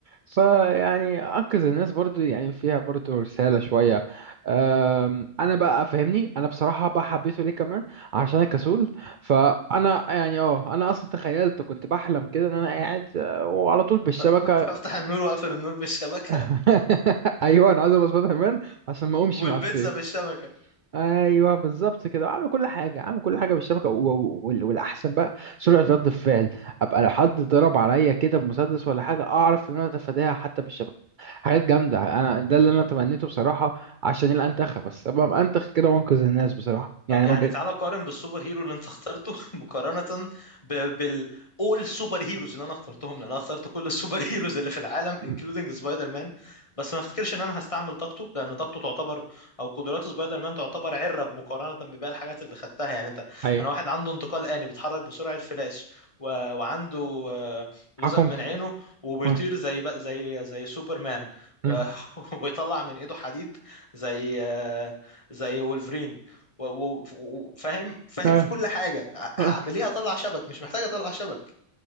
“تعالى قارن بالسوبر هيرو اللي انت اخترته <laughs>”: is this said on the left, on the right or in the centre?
Left